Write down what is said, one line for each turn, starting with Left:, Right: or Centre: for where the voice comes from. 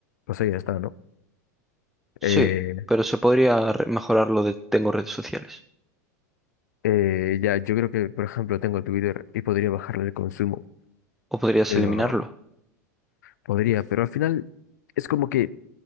Left: pues ahí está, ¿no?
Centre: sí,
Left: Eh,
Centre: pero se podría re- mejorar lo de tengo redes sociales.
Left: Eh, ya, yo creo que, por ejemplo, tengo Twitter y podría bajarle el consumo,
Centre: O podrías
Left: pero
Centre: eliminarlo.
Left: podría, pero al final es como que